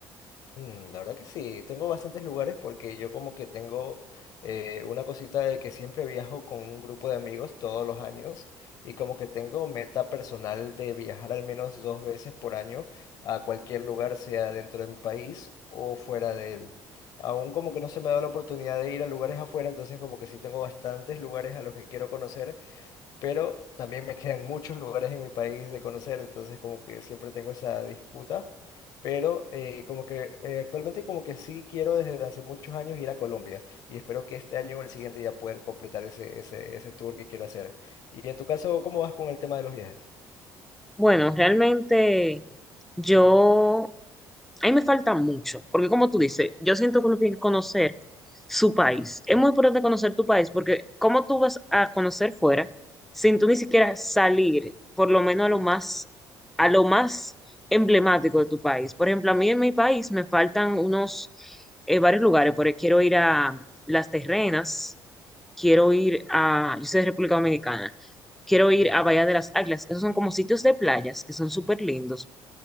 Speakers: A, on the left; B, in the centre.
A: mm, la verdad que sí. Tengo bastantes lugares porque yo como que tengo eh, una cosita de que siempre viajo con un grupo de amigos todos los años y como que tengo meta personal de viajar al menos dos veces por año a cualquier lugar, sea dentro de mi país o fuera de él. Aún como que no se me ha dado la oportunidad de ir a lugares afuera, entonces como que sí tengo bastantes lugares a los que quiero conocer. pero también me quedan muchos lugares en mi país de conocer, entonces como que siempre tengo esa disputa, pero eh, como que eh, actualmente como que sí quiero desde hace muchos años ir a Colombia y espero que este año o el siguiente ya poder completar ese, ese, ese tour que quiero hacer. Y en tu caso, ¿cómo vas con el tema de los viajes?
B: Bueno, realmente yo Ahí me falta mucho, porque como tú dices, yo siento que uno tiene que conocer su país. Es muy importante conocer tu país, porque ¿cómo tú vas a conocer fuera sin tú ni siquiera salir, por lo menos a lo más, a lo más emblemático de tu país? Por ejemplo, a mí en mi país me faltan unos eh, varios lugares, porque quiero ir a Las Terrenas, quiero ir a, yo soy de República Dominicana, quiero ir
A: Ajá.
B: a Bahía de las Águilas. Esos son como sitios de playas que son súper lindos.